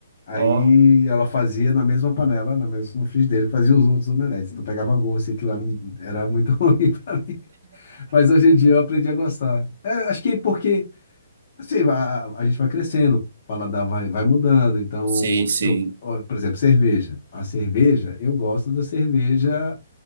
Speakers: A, on the left (about 45°); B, on the right (about 60°).
A: Aí
B: Ó.
A: ela fazia na mesma panela, na mesma no frigideira, fazia os outros omeletes. Então pegava gosto, e aquilo lá era muito <laughs> ruim para mim. Mas hoje em dia eu aprendi a gostar. É, acho que porque assim, a, a- a gente vai crescendo, o paladar vai, vai mudando. Então,
B: Sim, sim.
A: eu, ó, por exemplo, cerveja. A cerveja, eu gosto da cerveja